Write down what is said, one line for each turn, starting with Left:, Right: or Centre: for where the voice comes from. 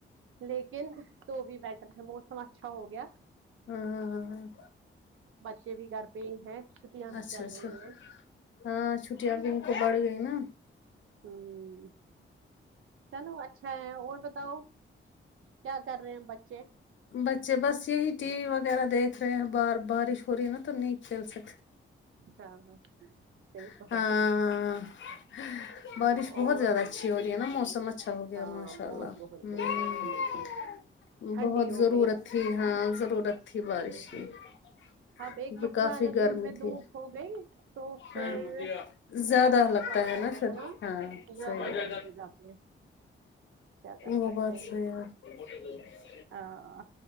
Right: لیکن تو بھی بیٹر ہے موسم اچھا ہو گیا
Left: ہاں ہاں آ
Right: بچے بھی گھر پے ہی ہے چھٹیاں بھی
Left: اچھا
Right: چل
Left: اچھا
Right: رہی ہیں
Left: ہاں چھٹٹیاں بھی ان کو بڑھ گئی نا
Right: امم چلو اچھا ہے اور بتاؤ کیا کر رہے ہیں بچے
Left: بچے بس یہی ٹی وی وغیرہ دیکھ رہے ہیں بار بارش ہو رہی ہے نا تو نہیں کھیل سکتے
Right: ہاں ہاں صحیح بات
Left: ہاں
Right: ہے
Left: آ بارش بہت
Right: اور
Left: زیادہ اچھی ہو رہی ہے نا موسم اچھا ہو گیا
Right: ہاں
Left: ماشاء
Right: بہت
Left: اللہ
Right: بہت
Left: ہمم
Right: بہت اچھا موسم ٹھنڈی
Left: بہت
Right: ہو
Left: ضرورت
Right: گئی
Left: تھی ہاں ضرورت تھی
Right: ہوں،
Left: بارش کی
Right: اب
Left: کیونکہ
Right: ایک مسئلہ
Left: کافی
Right: اگر
Left: گرمی
Right: دن میں
Left: تھی
Right: دھوپ ہو گئی تو پھر
Left: ہاں زیادہ
Right: بڑا مسئلہ
Left: لگتا
Right: ہو
Left: ہے
Right: جائے
Left: نا
Right: گا
Left: پھر ہاں
Right: زیادہ
Left: صحیح
Right: ہی گرمی ہو جاتی ہے کیا کر
Left: وہ
Right: سکتے
Left: بات
Right: ہیں
Left: صحیح ہے آپکی
Right: ہاں